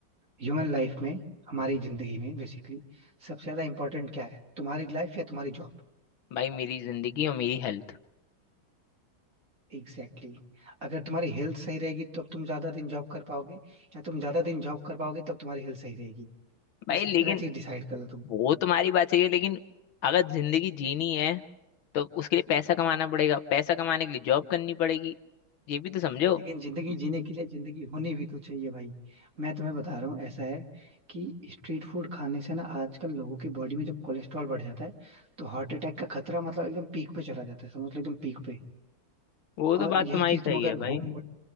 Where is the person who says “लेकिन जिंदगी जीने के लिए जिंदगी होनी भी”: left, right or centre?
Right